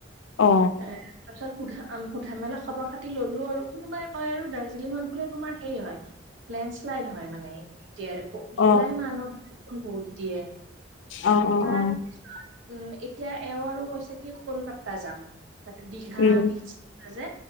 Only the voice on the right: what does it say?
এ তাৰপিছত সোধাম সোধা মেলা খবৰ খাতি ললো আৰু কোনোবাই কয় আৰু দাৰ্জিলিঙত বোলে তোমাৰ সেই হয় লেণ্ডশ্লাইড হয় মানে এতিয়া
জুলাই মাহত বৰষুণ বহুত দিয়ে
তাৰ
উম এতিয়া এওঁ আৰু কৈছে কি কলকাতা যাম তাতে দীঘা
পিচ যে